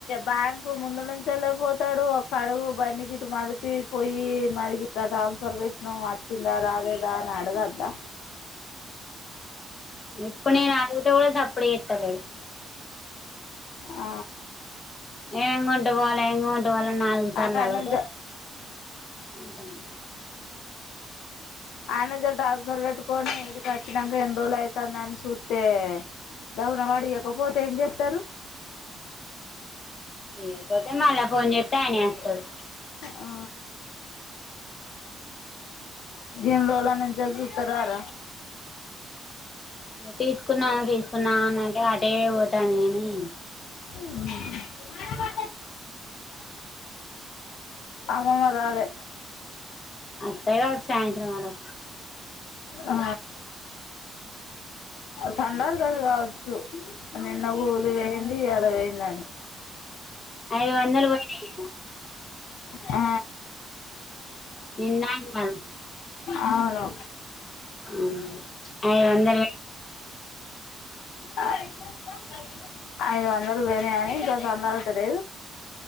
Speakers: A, on the left; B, on the left.
A: బ్యాంక్ ముందు నున్ చల్లేపోతాడు ఒక ఆడుగు బడి గీటు మరిపి పోయి మరిగి గా ట్రాన్స్ఫర్ పెట్టినావ్ వచ్చిందా రాలేదా అని అడగద్దా?
B: ఇప్పు నెన్ అడుగుతే కూడా సాప్ ఇప్పుడు చేతలేదు
A: ఆ
B: ఏం అంటావో నేన్ పోన్ ఇవల్ల నాలుగు సార్లు
A: అక్కడ
B: అడుగుతే
A: నుంచి
B: అంటాడు
A: అది నుంచెలి ట్రాన్స్ఫర్ పెట్టుకొని ఈడికి వచ్చినాక ఎందుోజల అవుతుందని చూస్తే ధబున వాడు ఇ యకపోతే ఏం చేస్తారు
B: ఇయకపోతే మల్ల ఫోన్ చేస్తే వాడే వస్తాడు
A: ఆ
B: ఉ
A: ఏందోళనం జలుసుతారార
B: తీసుకున్నా తీ వాళ్ళ న్నానంటే అటే పోతాని అని
A: మ గవా అమ్మమ్మ రాలె
B: అత్తయ్య వా సాయంత్రం వరో
A: ఆ సన్నోడు కా సో నిన్న చుతే అది ఇయ్యాల పోయిందనే
B: అయిదు వందలు పోయినాయి
A: ఆ
B: నిన్న ఇవాళ
A: అవును
B: ఉమ్ ఐదు వందలు
A: ఆ ఐదు వందలు బిర్యానీ తొందర అయితది